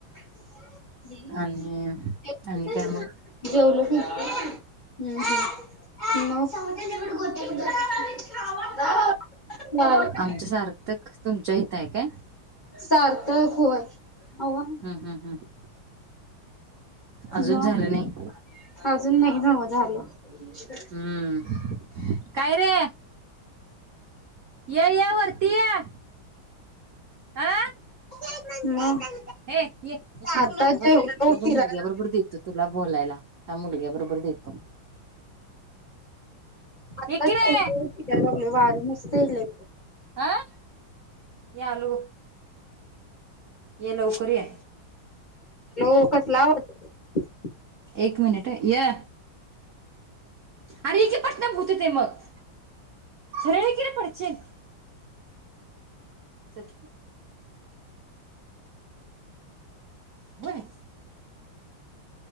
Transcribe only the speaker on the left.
<inaudible>
जेवलो
हम्म हम्म मग <unintelligible> चाल
सार्थक होय. आव्वा!
मग
अजून नाही नव झालं. <unintelligible>
<unintelligible>
आता
जेवलो
फिरायला
आता
जेवलो
फिरायला लागलोय वार मस्त येलय.
हॅलो, कसला आवाज